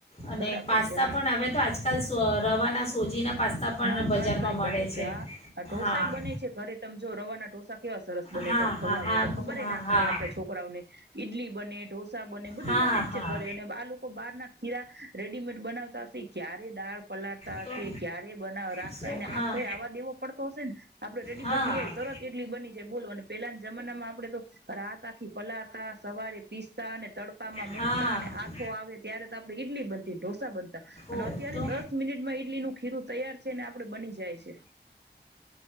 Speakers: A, on the left; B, on the right.
A: અને
B: બરાબર
A: પાસ્તા
B: છે હા
A: પણ અવે તો આજકાલ આજકાલ રવાના સોજીના પાસ્તા પણ
B: હા
A: બજારમાં
B: પાસ્તાય
A: મળે
B: બને છે હા ઢોસા
A: હા
B: બને છે ઘરે તમે જો રવાના ઢોસા કેવા સરસ બને
A: હા
B: તમે ખવડાવો
A: હા હા હા
B: તો ખબર
A: હા
B: ના
A: હા
B: પડે આપે છોકરાઓને ઈડલી બને ઢોસા બને બધું
A: હા
B: બને જ
A: હા
B: છે ઘરે અને આ લોકો બહાર ના ખીરા રેડીમેડ બનાવતા હશે ક્યારે દાળ પલાડતા
A: તો
B: હશે ક્યારે બના રાખતા
A: શું
B: એને
A: હા
B: આથો એ આવવા દેવો પડતો હશે ને આપણે રેડીમેડ
A: હા
B: લઈ તરત એટલી બની જ બોલો અને પેલાના જમાના માં આપડે તો રાહત આખી પલાળતા સવારે પીસતા અને તડકામાં
A: હા
B: મુકતા અને આથો આવે ત્યારે તો આપડે એટલી ઢોસા બનતા અને
A: ઓ
B: અત્યારે
A: તો
B: દસ મિનિટમાં ઈડલીનું ખીરું <inaudible> છેને આપડ બની જાય છે